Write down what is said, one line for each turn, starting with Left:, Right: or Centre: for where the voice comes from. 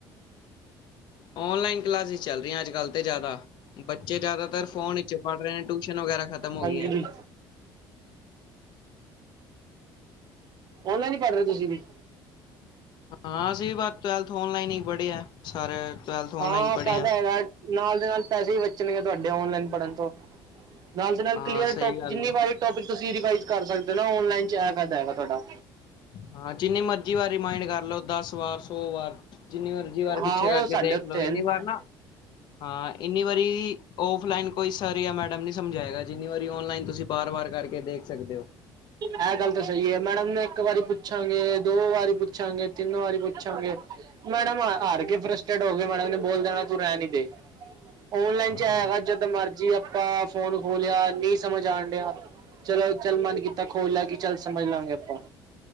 Left: ਓਨਲਾਈਨ ਕਲਾਸਿਸ ਚੱਲ ਰਹੀਆਂ ਅੱਜ ਕੱਲ ਤੇ ਜ਼ਿਆਦਾ ਬੱਚੇ ਜਿਆਦਾਤਰ ਫੋਨ ਬੱਚੇ ਪੜ੍ਹ ਰਹੇ ਨੇ ਟਿਊਸ਼ਨ ਵਗੈਰਾ ਖਤਮ ਹੋ
Right: ਹਾਂਜੀ
Left: ਗਈਆਂ
Right: ਔਨਲਾਈਨ ਹੀ ਪੜ੍ਹ ਰਹੇ ਤੁਸੀਂ ਵੀ
Left: ਹਾਂ ਅਸੀਂ ਬ ਟਵੈਲਥ ਔਨਲਾਈਨ ਹੀ ਪੜ੍ਹੇ ਹੈ ਸਾਰੇ ਟਵੈਲਥ
Right: ਹਾਂ
Left: ਔਨਲਾਈਨ ਪੜ੍ਹੇ
Right: ਫਾਇਦਾ
Left: ਆ
Right: ਹੈਗਾ ਨਾਲ ਦੇ ਨਾਲ ਪੈਸੇ ਹੀ ਬਚਣਗੇ ਤੁਹਾਡੇ ਔਨਲਾਈਨ ਪੜ੍ਹਨ ਤੋਂ ਨਾਲ ਦੇ ਨਾਲ
Left: ਹਾਂ
Right: ਕਲੀਅਰ
Left: ਸਹੀ ਗੱਲ
Right: ਜਿੰਨੀ
Left: ਏ
Right: ਵਾਰੀ ਟੋਪਿਕ ਤੁਸੀਂ ਰਿਵਾਈਜ਼ ਕਰ ਸਕਦੇ ਹੋ ਨਲਾਈਨ ਚਿਆ ਕਰਦਾ ਹੈਗਾ ਤੁਹਾਡਾ
Left: ਹਾਂ ਜਿੰਨੀ ਮਰਜੀੀ ਵਾਰ ਰਿਮਾਇੰਡ ਕਰ ਲਓ ਦਸ ਵਾਰ ਸੋ ਵਾਰ ਜਿੰਨੀ ਵਾਰ ਜੀ ਵਾਰ ਪਿੱਛੇ
Right: ਹਾਂ
Left: ਕਰਕੇ
Right: ਉਹ ਸਾਡੇ
Left: ਦੇਖ
Right: ਉੱਤੇ
Left: ਲਓ ਇੰਨੀ
Right: ਹੈ।
Left: ਵਾਰ ਨਾ ਹਾਂ ਜਿੰਨੀ ਵਾਰੀ ਓਫਲਾਈਨ ਕੋਈ ਸਰ ਜਾਂ ਮੈਡਮ ਨੀ ਸਮਝਾਏਗਾ ਜਿੰਨੀ ਵਾਰੀ ਓਨਲਾਈਨ ਤੁਸੀਂ ਬਾਰ ਵਾਰ ਕਰਕੇ ਦੇਖ ਸਕਦੇ ਹੋ
Right: ਇਹ ਗੱਲ ਤਾਂ ਸਹੀ ਹੈ ਮੈਡਮ ਨੇ ਇੱਕ ਵਾਰੀ ਪੁੱਛਾਂਗੇ ਦੋ ਵਾਰੀ ਪੁੱਛਾਂਗੇ ਤਿੰਨ ਵਾਰੀ ਪੁੱਛਾਂਗੇ ਮੈਡਮ ਹਾਰ ਕੇ ਫਰਸਟੇਟ ਹੋ ਗ ਮੈਡਮ ਨੇ ਬੋਲ ਦੇਣਾ ਤੂੰ ਰਹਿ ਨੀ ਦੇ ਓਨਲਾਈਨ ਚ
Left: ਹਾਂ
Right: ਹੈਗਾ ਜਦ ਮਰਜੀੀ ਆਪਾਂ ਫੋਨ ਖੋਲਿਆ ਨਹੀਂ ਸਮਝ ਆਉਣ ਡਿਆ ਚਲੋ ਚੱਲ ਮਨ ਕੀਤਾ ਖੋਲ ਲੈ ਕੇ ਚੱਲ ਸਮਝ ਲਾਂਗੇ ਆਪਾਂ